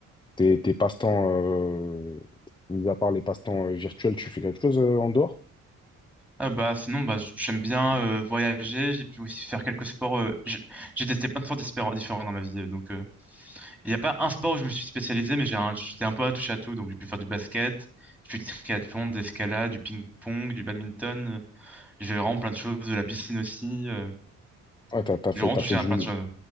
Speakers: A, on the left; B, in the centre.
A: tes, tes passe-temps, euh, mis à part les passe-temps euh, virtuels, tu fais quelque chose euh, en dehors?
B: Ah bah sinon bah j'aime bien euh, voyager, j'ai pu aussi faire quelques sports. euh, j'ai j'ai testé plein de sports dispar- différents dans ma vie, euh, donc euh, il n'y a pas un sport où je me suis spécialisé, mais j'ai un, j'étais un peu à touche à tout, donc j'ai pu faire du basket, j'ai fait du triathlon, de l'escalade, du ping-pong, du badminton, euh, j'ai fait vraiment plein de choses, de la piscine aussi. euh,
A: Ouais, t'as, t'as fait,
B: J'ai vraiment
A: t'as
B: touché
A: fait
B: à
A: du,
B: plein
A: mul-
B: de choses.